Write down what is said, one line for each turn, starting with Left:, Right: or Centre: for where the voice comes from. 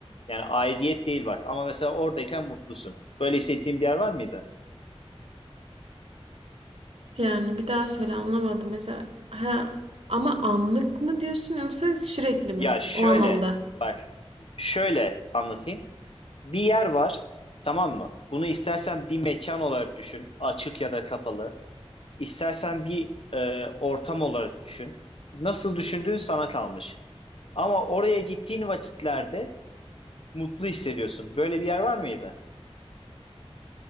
Left: yani aidiyet değil bak ama mesela oradayken mutlusun böyle hissettiğin bir yer var mıydı?
Right: Yani bir daha söyle anlamadım. Mesela ha ama anlık mı diyorsun yoksa sürekli mi?
Left: Ya şöyle
Right: O anlamda.
Left: bak şöyle anlatayım. Bir yer var, tamam mı? Bunu istersen bir mekan olarak düşün, açık ya da kapalı. İstersen bir e, ortam olarak düşün. Nasıl düşündüğün sana kalmış. Ama oraya gittiğin vakitlerde mutlu hissediyorsun. Böyle bir yer var mıydı?